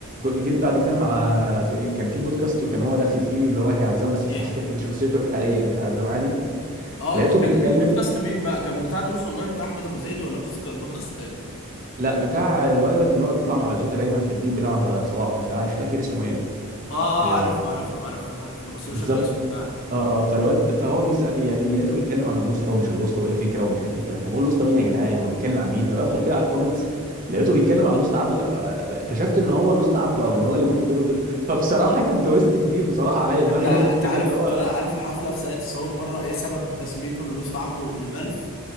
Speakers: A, on the right; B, on the left.
A: جيت بعد كده مع في- كان في بودكاست وكان هو داخل فيه اللي هو يحيى عزام بس
B: يحيى
A: بشخصيته بشخصيته الحقيقيه يحيى عزام عادي
B: اه
A: لقيته
B: ده كان
A: بيتكلم
B: بودكاست مين بقى كان بتاع دروس اونلاين بتاع احمد ابو زيد ولا بودكاست بودكاست تاني
A: لا بتاع الولد اللي هو بيطلع مع بازوكا دايما في التيم بتاع صلاح مش مش فاكر اسمه ايه
B: اه
A: آه
B: اه عرفته عرفته عرفته عرفته بس مش
A: بالظبط
B: فاكر اسمه فعلا
A: اه اه فالواد فهو بيسأل بي... بي- لقيته بيتكلم عن اللوسته ومش اللوسته وايه الفكره ومش ايه الفكره فبقول اللوسته مين يا جدعان هو بيتكلم عن مين فبدخل كده على الكومنتس لقيته بيتكلم عن لوست عبده آه، اكتشفت ان هو لوست عبده او ان هو اللي بيقوم بدور اللوست فبصراحه كان تويست كبير بصراحه عليا دماغي
B: انت انت
A: لفت كده
B: عارف
A: اللي هو
B: طلع الف حفله في ساقية الصاوي مره ايه سبب تسميته للوسط عبده البلف